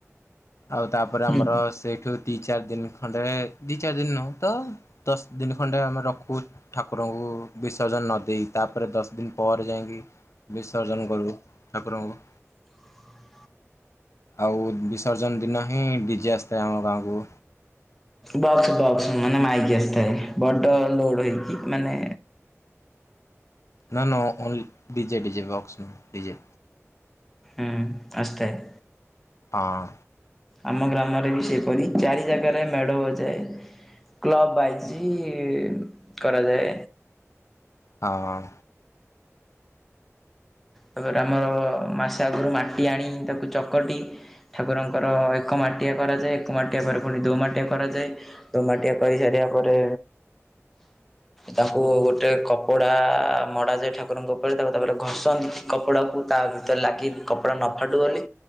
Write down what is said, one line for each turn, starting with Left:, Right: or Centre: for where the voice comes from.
Left: ଆଉ, ତାପରେ
Centre: ହୁଁ।
Left: ଆମର ସେଇଠୁ ଦୁଇ ଚାରି ଦିନି ଖଣ୍ଡେ, ଦୁଇ, ଚାରି ଦିନି ନୁହଁ ତ, ଦଶ ଦିନ ଖଣ୍ଡେ ଆମେ ରଖୁ। ଠାକୁରଙ୍କୁ ବିସର୍ଜନ ନ ଦେଇ, ତାପରେ ଦଶ ଦିନ ପରେ ଯାଇକି ବିସର୍ଜନ କରିବୁ, ଠାକୁରଙ୍କୁ।
Centre: <inaudible>
Left: ଆଉ ବିସର୍ଜନ ଦିନ ହିଁ ଡିଜେ ଆସିଥାଏ ଆମ ଗାଁକୁ।
Centre: ବକ୍ସ, ବକ୍ସ ମାନେ ମାଇକି ଆସିଥାଏ। ବଡ଼ ଲୋଡ଼୍ ହୋଇକି ମାନେ
Left: ନା, ନା ଓନ୍ ଡିଜେ, ଡିଜେ, ବକ୍ସ, ଡିଜେ
Centre: ହଁ, ଆସିଥାଏ।
Left: ହଁ।
Centre: ଆମ ଗ୍ରାମରେ ବି ସେପରି, ଚାରି ଜାଗାରେ ମେଡ଼ ହୋଓଯାଏ। କ୍ଲବ୍ ବାଇଜ୍ କରାଯାଏ।
Left: ହଁ।
Centre: ତାପରେ, ଆମର ମାସେ ଆଗରୁ ମାଟି ଆଣି, ତାକୁ ଚକଟି ଠାକୁରଙ୍କର ଏକ ମାଟିଆ କରାଯାଏ, ଏକ ମାଟିଆ ପରେ ପୁଣି ଦୁଇ ମାଟିଆ କରାଯାଏ। ଦୋ ମାଟିଆ କରି ସାରିବା ପରେ ତାଙ୍କୁ ଗୋଟେ କପଡ଼ା ମଡ଼ାଯାଏ ଠାକୁରଙ୍କ ଉପରେ, ତାକୁ ତାପରେ ଘଷନ୍ତି। କପଡ଼ାକୁ ତା ଭିତରେ ଲାଗି, କପଡ଼ା ନଫାଟୁବୋଲି